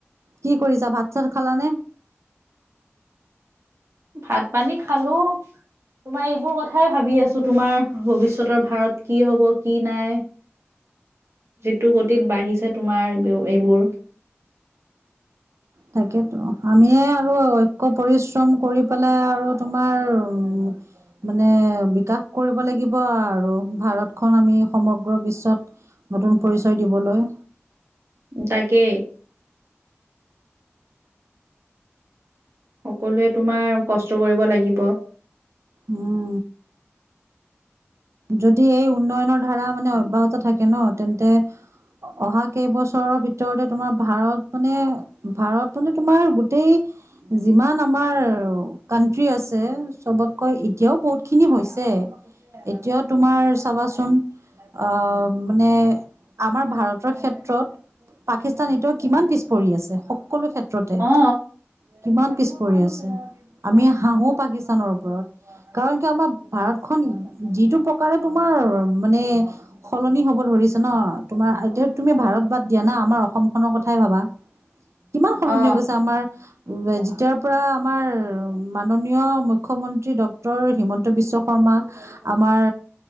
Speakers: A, on the right; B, on the right.
A: কি কৰিছা ভাত চাত খালানে?
B: ভাত পানী খালো। তোমাৰ এইবোৰ কথাই ভাবি আছো তোমাৰ ভৱিষ্যতৰ ভাৰত কি হব কি নাই যিটো গতিত বাঢ়িছে তোমাৰ ব এইবোৰ <inaudible>
A: তাকেতো আমিয়ে আৰু ঐক্য পৰিশ্ৰম কৰি পেলাই আৰু তোমাৰ উ মানে বিকাশ কৰিব লাগিব আৰু ভাৰতখন আমি সমগ্ৰ বিশ্বত নতুন পৰিচয় দিবলৈ
B: তাকে কলে তোমাৰ কষ্ট কৰিব লাগিব।
A: উম। যদি এই উন্নয়নৰ ধাৰা মানে অব্যাহত থাকে ন। তেন্তে অহা কেইবছৰৰ ভিতৰতে তোমাৰ ভাৰত মানে ভাৰত মানে তোমাৰ গোটেই যিমান আমাৰ কানট্ৰি আছে চবতকৈ এতিয়াও বহুত খিনি হৈছে। এতিয়াও তোমাৰ চাবাচোন আহ' মানে আমাৰ ভাৰতৰ ক্ষেত্ৰত পাকিস্তান এতিয়াও কিমান পিছ পৰি আছে সকলো ক্ষেত্ৰতে।
B: অ
A: কিমান পিছ পৰি আছে আমি হাহো পাকিস্তানৰ ওপৰত। কাৰণ কি আমাৰ ভাৰতখন যিটো প্ৰকাৰে তোমাৰ মানে সলনি হ'ব ধৰিছে ন, তোমাৰ এতিয়া তুমি ভাৰত বাদ দিয়া না আমাৰ অসমখনৰ কথাই ভাবা।
B: <inaudible>
A: কিমান সলনি
B: অ
A: হৈ গৈছে আমাৰ। যেতিয়াৰ পৰা আমাৰ মাননীয় মুখ্যমন্ত্ৰী ডক্তৰ হিমন্ত বিশ্ব শৰ্মা আমাৰ